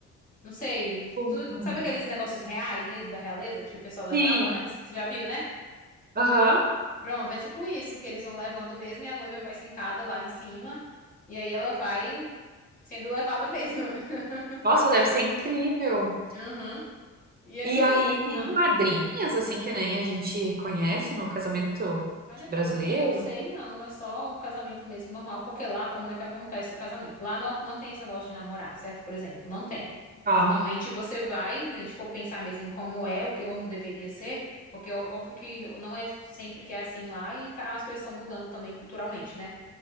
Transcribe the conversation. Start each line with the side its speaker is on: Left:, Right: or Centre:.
Left: não sei, um-
Right: bom.
Left: tu-
Right: Hum.
Left: sabe aqueles negócios reais mesmo da realeza que o pessoal levava
Right: Sim.
Left: antes? Tu já viu, né?
Right: Aham.
Left: Pronto, é tipo isso que eles vão levando mesmo e a noiva vai sentada lá em cima e aí ela vai sendo levada mesmo. <laughs>
Right: Nossa, deve ser incrível.
Left: Aham. E,
Right: E
Left: e tem.
Right: aí tem
Left: Ah,
Right: madrinhas, assim, que nem a gente conhece no casamento
Left: olha,
Right: brasileiro.
Left: pelo que eu sei, não. É só o casamento mesmo normal. Porque lá, como é que acontece o casamento? Lá não, não tem esse negócio de namorar, certo? Por exemplo, não tem.
Right: Tá.
Left: Normalmente você vai, se a gente for pensar mesmo em como é, o que, como deveria ser. Porque ó- óbvio que não é sempre que é assim lá e tá- as coisas estão mudando também culturalmente, né?